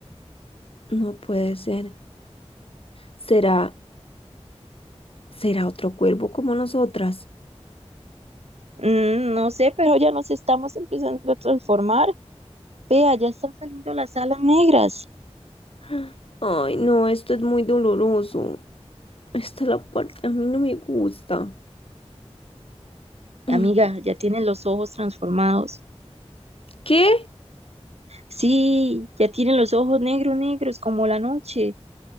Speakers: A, on the left (about 55°); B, on the right (about 70°).
A: No puede ser. ¿Será, será otro cuervo como nosotras?
B: Mm, no sé, pero ya nos estamos empezando a transformar. Vea, ya están saliendo las alas negras.
A: <gasps> Ay, no, esto es muy doloroso. Esta es la parte que a mí no me gusta. Mm,
B: Amiga, ya tienen los ojos transformados.
A: ¿Qué?
B: Sí, ya tienen los ojos negros, negros, como la noche.